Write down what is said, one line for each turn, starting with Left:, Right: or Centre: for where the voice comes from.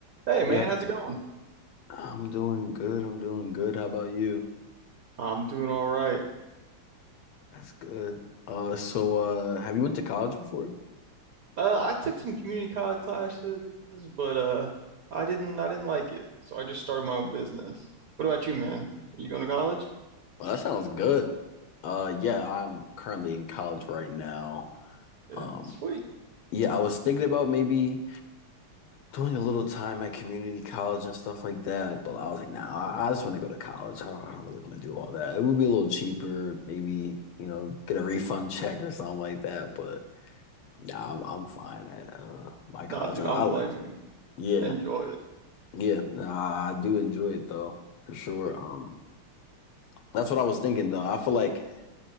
Right: Hey
Left: Hey,
Right: man,
Left: I,
Right: how's it going?
Left: I'm doing good. I'm doing good. How about you?
Right: I'm doing all right.
Left: That's good. Uh, so uh, have you went to college before?
Right: Uh, I took some community college classes, but uh, I didn't I didn't like it, so I just started my own business. What about
Left: Mm.
Right: you, man? Are you going to college?
Left: Well, that sounds good. Uh, yeah, I'm currently in college right now.
Right: Yeah,
Left: Um,
Right: sweet.
Left: yeah, I was thinking about maybe doing a little time at community college and stuff like that, but I was like, nah, I, I just want to go to college. I don't, I don't really want to do all that. It would be a little cheaper, maybe, you know, get a refund <laughs> check or something like that, but. Nah, I'm, I'm fine at uh, my college.
Right: Nah, dude,
Left: I,
Right: I
Left: I
Right: don't
Left: like
Right: blame you.
Left: it. Yeah,
Right: Enjoy it.
Left: yeah. Nah, I do enjoy it though, for sure. Um, that's what I was thinking though. I feel like,